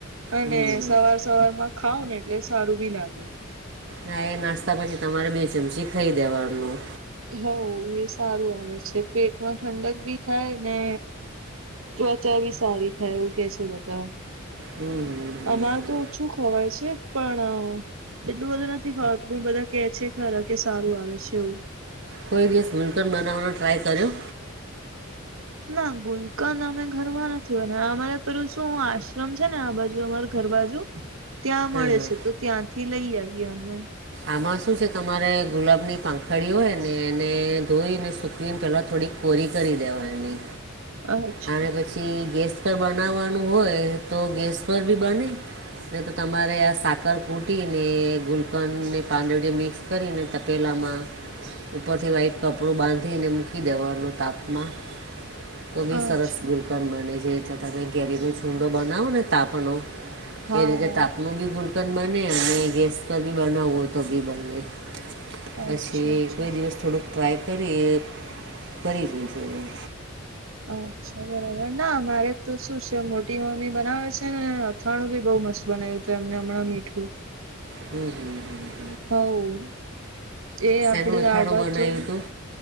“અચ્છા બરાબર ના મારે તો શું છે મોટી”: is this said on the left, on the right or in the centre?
Right